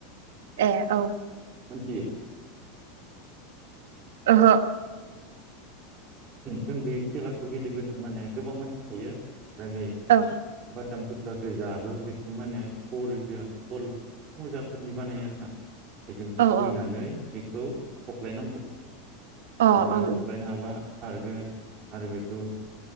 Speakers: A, on the right; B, on the right.
A: ए औ
B: मोनथियो।
A: ओहो।
B: जों बे खेलाखौ गेलेबोदों माने गोबां मानसि थायो। दा बे
A: औ
B: <unintelligible> थुख्राखौ जाबो बेखौ माने बलजों बल मुजांफोरनि बानायो आरो ना। बेजों
A: औ
B: खुबैनानै
A: औ
B: बे खौ हख्लायनांगौ <unintelligible>
A: अ ओं ओं
B: हफ्लायनो हाबा खारगोन आरो बेखौ